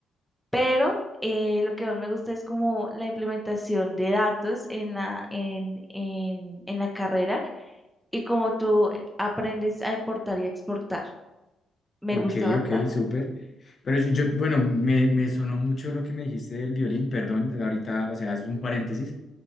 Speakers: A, in the centre; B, on the left.
A: pero eh, lo que más me gusta es como la implementación de datos en la, en, en, en la carrera y cómo tú eh, aprendes a importar y exportar. Me
B: ok,
A: gusta bastante.
B: ok, súper. Pero yo, yo- bueno, me, me sonó mucho lo que me dijiste del violín, perdón, ahorita, o sea, es un paréntesis.